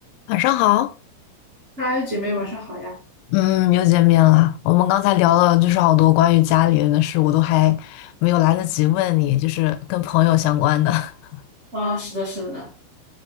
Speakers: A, on the left; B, on the right.
A: 晚上好，
B: 嗨，姐妹，晚上好呀！
A: 嗯，又见面了。我们刚才聊了就是好多关于家里人的事，我都还没有来得及问你，就是跟朋友相关的。<laughs>
B: 啊，是的，是的呢，